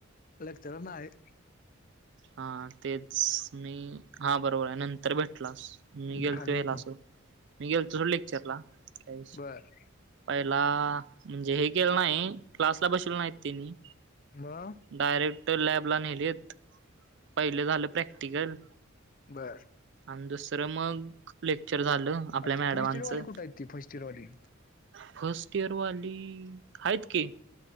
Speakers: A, on the left (about 40°); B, on the right (about 55°).
A: लेक्चर नाय.
B: हा तेच मी हा बरोबर आहे नंतर भेटलास. मी गेलतो
A: खाली
B: याला
A: होतो
B: असं मी गेलं तो ‌लेक्चरला. काय विषय
A: बर
B: पहिला म्हणजे हे केल नाही, क्लासला बसवले नाहीत त्यांनी.
A: मग?
B: डायरेक्ट लॅबला नेलेत, पहिले झालं प्रॅक्टिकल.
A: बरं.
B: अन दुसरं मग लेक्चर झालं. आपल्या
A: अ ते
B: मॅडमांचं
A: फर्स्ट इयरवाले कुठ हाईत ते फर्स्ट इयरवाली?
B: फर्स्ट इयरवाली हाईत की.